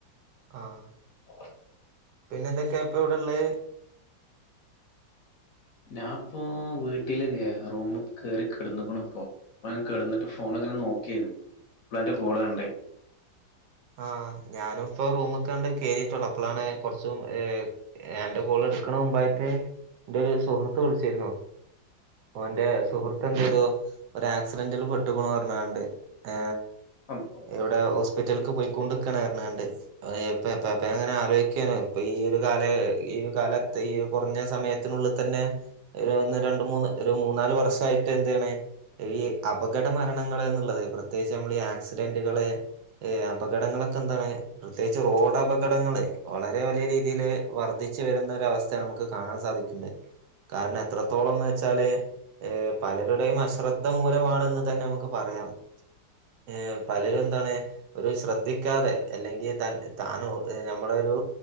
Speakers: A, on the right; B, on the left.
A: ആഹ
B: <unintelligible>
A: പിന്നെന്തൊക്കെയാ ഇപ്പൊ എവിടെള്ളെ
B: ഞാൻ ഇപ്പോ വീട്ടില് ല്ലേ റൂമ് കേറി കിടന്നുക്ക്ണ് ഇപ്പോ പ്പ കിടന്നിട്ട് ഫോണ് ഇപ്പങ്ങനെ നോക്ക്യോ അപ്പളാ അന്റെ കോള് കണ്ടേ
A: ആ ഞാനും ഇപ്പോ റൂമ് ക്കാണ്ട് കേറിട്ടൊള്ളൂ അപ്പളാണ് കൊറച്ച് മു ഏ അന്റെ കോള് കെട്ക്ക്ണേ മുമ്പായിട്ടെ എന്റെ ഒരു സുഹൃത്ത് വിളിച്ചിരുന്നു ഓന്റെ സുഹൃത്ത്
B: ഉം.
A: എന്തയ്തു ഒരു ആക്സിഡന്റിൽ പെട്ടുക്കൂണു പറഞ്ഞാണ്ട് ഏ
B: അപ്പോ
A: ഏ എവിടെ ഓസ് സ്പറ്റിലേക്ക് പോയിക്കൊണ്ട്ക്കാണ് പറഞ്ഞാണ്ട് അഹ് പ പ്പെ പ്പെ അങ്ങനെ ആലോചിക്കോനി ഇപ്പ ഈ ഒരു കാല ഈ കാലത്ത് ഈ കൊറഞ്ഞ സമയത്തിനുള്ളിൽ തന്നെ ഒന്ന് രണ്ട് മൂന്ന് ഒരു മൂന്നാല് വർഷായിട്ട് എന്തേണ് ഈ അപകട മരണങ്ങൾ എന്നുള്ളത് പ്രത്യേകിച്ച് നമ്മള് ഈ ആക്സിഡന്റുകള് അപകടങ്ങള് ഇതൊക്കെ എന്താണ് പ്രത്യേകിച്ച് റോഡപകടങ്ങള് വളരെ വലിയ രീതിയില് വർദ്ധിച്ചു വരുന്ന അവസ്ഥയാണ് നമുക്ക് കാണാൻ സാധിക്ക്ണ്ട് കാരണം എത്രത്തോളം ന്നച്ചാ ച്ചാല് പലരുടെയും അശ്രദ്ധ മൂലമാണെന്ന് തന്നെ നമുക്ക് പറയാം ഏ പലരും എന്താണ് ഒരു ശ്രദ്ധിക്കാതെ അല്ലെങ്കിൽ തൻ താനോ ഏ നമ്മളൊരു